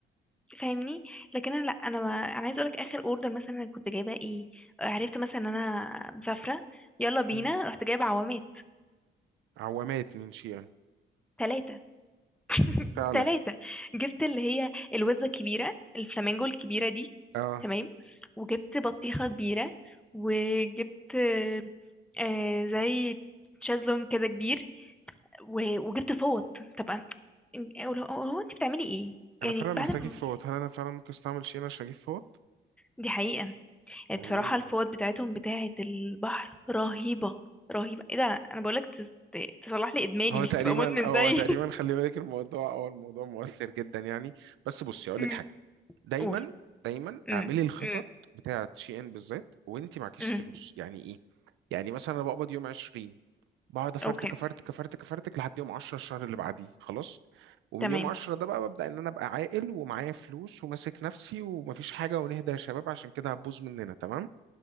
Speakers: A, in the centre; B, on the right.
A: فاهمني لكن انا لا انا ما... انا عايز اقولك اخر اوردر مثلا أنا كنت جايباه ايه آه، عرفت مثلا ان انا مسافره يلا بينا
B: امم
A: رحت جايبه عوامات
B: عوامات من شيء
A: ثلاثه <laughs>
B: فعلا
A: ثلاثة جبت اللي هي الوزة الكبيرة الفلامينجو الكبيرة دي
B: اه
A: تمام وجبت بطيخة كبيرة وجبت آه، آه، زي تشازلون كده كبير و- وجبت فوط طبعا هو هو انت بتعملي ايه يعني
B: انا فعلا
A: بعد
B: محتاج
A: ما
B: اجيب فوط هل انا فعلا ممكن استعمل شين عشان اجيب فوط
A: دي حقيقة يعني
B: اوه
A: بصراحة الفوط بتاعتهم بتاعة البحر رهيبة رهيبة ايه ده انا بقولك تس- ت- تصلح لي ادماني
B: هو
A: مش
B: تقريبا
A: تبقى مدمن
B: هو
A: زي
B: تقريبا خلي بالك الموضوع هو الموضوع مؤثر جدا يعني بس بصي اقول
A: <laughs>
B: لك حاجه دايما
A: قول
B: دايما
A: امم
B: اعملي الخطط
A: امم
B: بتاعه شي ان بالذات وانت معكيش
A: امم
B: فلوس يعني ايه يعني مثلا انا بقبض يوم 20 بقعد افرتك
A: اوكي
B: افرتك افرتك افرتك لحد يوم 10 الشهر اللي بعديه خلاص ومن
A: تمام
B: يوم 10 ده بقى ببدا ان انا ابقى عاقل ومعايا فلوس وماسك نفسي ومفيش حاجه ونهدى يا شباب عشان كده هتبوظ مننا تمام